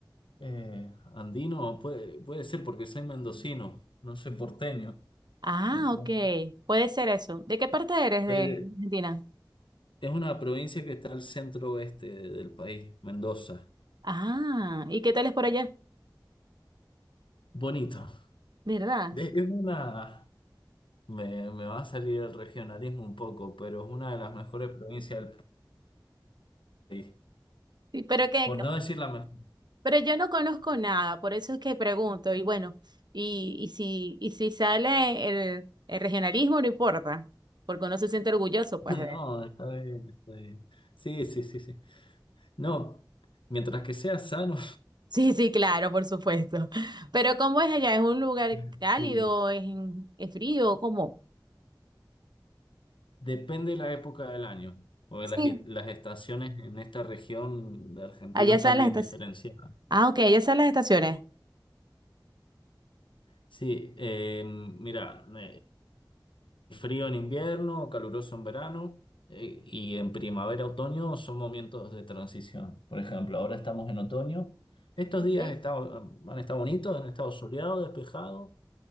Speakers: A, on the left (about 85°); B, on the right (about 60°).
A: Eh, andino puede, puede ser porque soy mendocino, no soy porteño.
B: Ah,
A: Entonces...
B: ok, puede ser eso. ¿De qué parte eres de
A: soy de
B: Argentina?
A: Es una provincia que está al centro oeste del país, Mendoza.
B: Ah, ¿y qué tal es por allá?
A: Bonito.
B: ¿Verdad?
A: De- Es una... Me, me va a salir el regionalismo un poco, pero es una de las mejores provincias del país.
B: Sí, pero que,
A: Por no decir la mejor. <laughs>
B: pero yo no conozco nada, por eso es que pregunto. Y bueno, y, y si, y si sale el, el regionalismo, no importa, porque uno se siente orgulloso, pues.
A: No, está bien, está bien. Sí, sí, sí, sí. No, mientras que sea sano,
B: Sí, sí, claro, por supuesto. Pero ¿cómo es allá? ¿Es un lugar
A: <laughs>
B: cálido?
A: sí.
B: ¿Es, es frío? ¿Cómo?
A: Depende de la época del año, porque
B: Sí.
A: las, las estaciones en esta región de Argentina
B: Allá
A: están
B: están las
A: bien
B: estaciones.
A: diferenciadas.
B: Ah, ok, allá están las estaciones.
A: Sí, eh, mira, eh, Frío en invierno, caluroso en verano, eh, y en primavera, otoño son momentos de transición. Por ejemplo, ahora estamos en otoño. Estos
B: Okay,
A: días está- han estado bonitos, han estado soleados, despejados,